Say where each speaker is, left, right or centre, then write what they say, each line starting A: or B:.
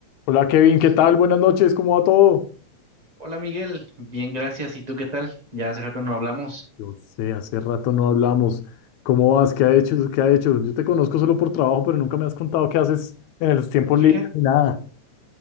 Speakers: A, on the left; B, on the right.
A: Hola Kevin, ¿qué tal? Buenas noches, ¿cómo va todo?
B: Hola Miguel, bien, gracias. ¿Y tú qué tal? Ya hace rato no hablamos.
A: Yo sé, hace rato no hablamos. ¿Cómo vas? ¿Qué ha hecho? ¿Qué ha hecho? Yo te conozco solo por trabajo, pero nunca me has contado qué haces en los tiempos
B: Fíjate,
A: libres ni nada.